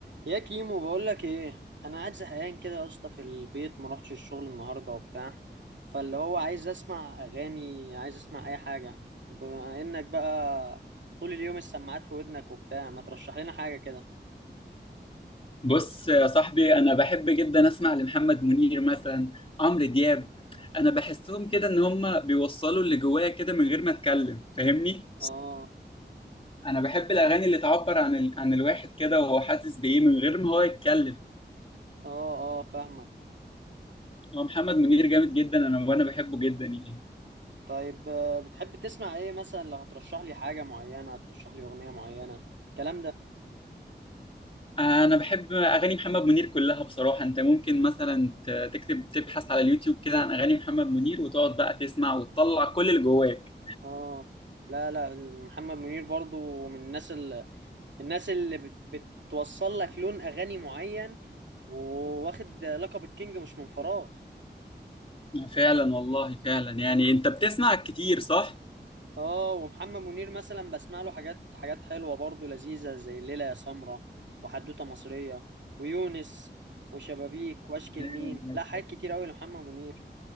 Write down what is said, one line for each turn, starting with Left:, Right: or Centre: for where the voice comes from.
Right: يا كيمو بقول لك ايه انا قاعد زهقان كده يا اسطى في البيت ما روحتش الشغل النهارده وبتاع فاللي هو عايز اسمع اغاني عايز اسمع اي حاجه بما انك بقى طول اليوم السماعات في ودنك وبتاع ما ترشح لنا حاجه كده
Left: بص يا صاحبي انا بحب جدا اسمع لمحمد منير مثلا عمرو دياب انا بحسهم كده ان هم بيوصلوا اللي جوايا كده من غير ما اتكلم فاهمني
Right: اه
Left: انا بحب الاغاني اللي تعبر عن ال... عن الواحد كده وهو حاسس بايه من غير ما هو يتكلم
Right: اه اه فاهمك
Left: هو محمد منير جامد جدا انا وانا بحبه جدا يعني
Right: طيب آه، بتحب تسمع ايه مثلا لو هترشح لي حاجه معينه هترشح لي اغنيه معينه الكلام ده
Left: انا بحب اغاني محمد منير كلها بصراحة انت ممكن مثلا ت- تكتب تبحث على اليوتيوب كده عن اغاني محمد منير وتقعد بقى تسمع وتطلع كل اللي جواك
Right: اه لا لا محمد منير برضو من الناس الناس اللي بت- بتوصل لك لون اغاني معين وواخد لقب الكينج مش من فراغ
Left: فعلا والله فعلا يعني انت بتسمع كتير صح؟
Right: اه ومحمد منير مثلا بسمع له حاجات حاجات حلوه برضو لذيذه زي الليله يا سمره وحدوته مصريه ويونس وشبابيك واشكي
Left: يعني-
Right: لمين لا حاجات كتير قوي لمحمد منير